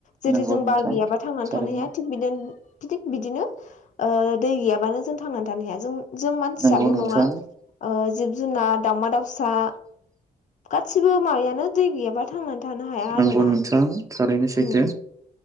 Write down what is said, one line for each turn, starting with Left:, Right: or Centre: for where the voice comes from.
Left: जेरै
Right: नंगौ
Left: जों
Right: नोंथां
Left: बार गैयाबा थांनानै
Right: थारैनो
Left: थानो हाया थिक बिदिनो थिक बिदिनो दै गैयाबानो जों थांनानै थानो हाया जों जों मानसियाल'
Right: नंगौ नोंथां
Left: नङा ओ जिब-जुनार, दावउमा-दाउसा गासिबो माबायानो दै गैयाबा थांनानै थानो हाया
Right: नंगौ
Left: आरो ना।
Right: नोंथां थारैनो सैथो
Left: उम